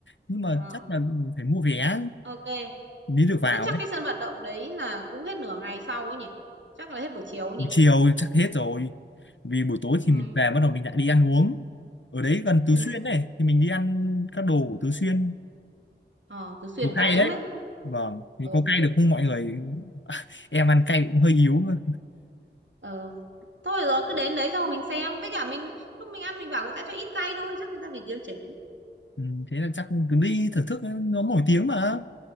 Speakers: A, on the left; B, on the right.
A: nhưng mà
B: Ờ,
A: chắc là phải mua vé
B: ok.
A: mới được vào
B: Thế chắc
A: ấy
B: cái sân vận động đấy là cũng hết nửa ngày sau ấy nhỉ? Chắc là hết buổi chiều ấy
A: buổi
B: nhỉ?
A: chiều chắc hết rồi vì buổi tối
B: ừ
A: thì mình về bắt đầu mình lại đi ăn uống ở đấy gần Tứ
B: ừ
A: Xuyên này thì mình đi ăn các đồ của Tứ Xuyên
B: Ờ, Tứ Xuyên
A: một
B: cay
A: hay
B: lắm
A: đấy
B: ấy.
A: vâng thì
B: Ờ,
A: có cay được không mọi người em ăn cay cũng hơi yếu thôi
B: ờ. Thôi rồi cứ đến đấy xong rồi mình xem. Với cả mình lúc mình ăn mình bảo người ta cho ít cay thôi. Chắc người ta phải điều chỉnh. ấy.
A: ừ, thế là chắc cứ đi thưởng thức nó nổi tiếng mà